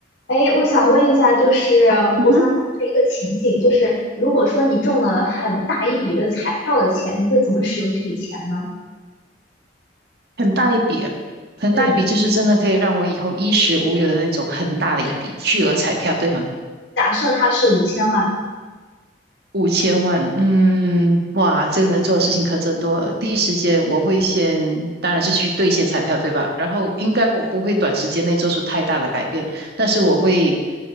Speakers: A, on the left (about 90°); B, on the right (about 55°).
A: 哎，我想问一下，就是我想假设一个情景，
B: 嗯哼，
A: 就是如果说你中了很大一笔的彩票的钱，你会怎么使用这笔钱呢？
B: 很大一笔啊，很大一笔，
A: 嗯，
B: 就是真的可以让我以后衣食无忧的那种很大的一笔巨额彩票，
A: 对，
B: 对吗？
A: 假设它是五千万，
B: 五千万，嗯，哇，这个能做的事情可真多了。第一时间我会先，当然是去兑现彩票，对吧？然后应该我不会短时间内做出太大的改变，但是我会